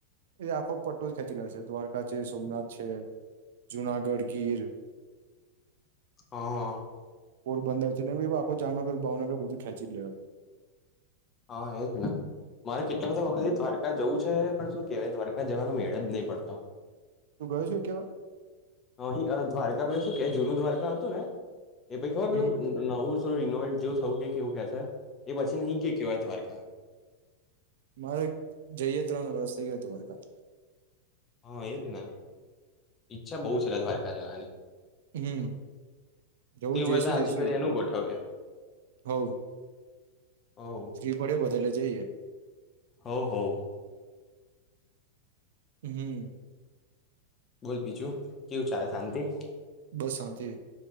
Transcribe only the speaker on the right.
એ આખો પટ્ટો જ ખેંચી લે છે દ્વારકા છે સોમનાથ છે જુનાગઢ ગીર <inaudible>
પોરબંદર છે ને આખો જામનગર ભાવનગર બધું ખેંચી લે
તું ગયો છું કેયા
હમ
મારે જઈએ ત્રણ વર્ષ થઈ ગયા તો દ્વારકા
હમ જવું
જઈશું
જઈશું
એક
વાર
હવ
ફ્રી પડે બધાલે જઈએ.
હમ.
બસ શાંતિ